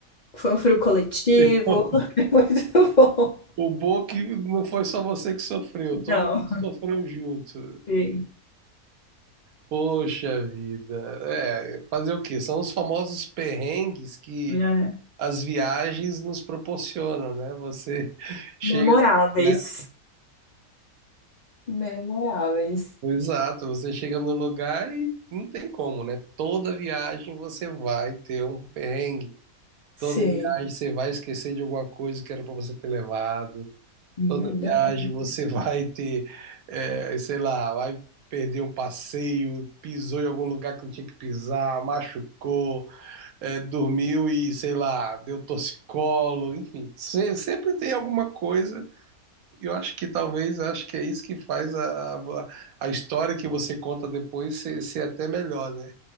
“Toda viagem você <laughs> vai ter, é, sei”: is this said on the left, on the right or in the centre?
Right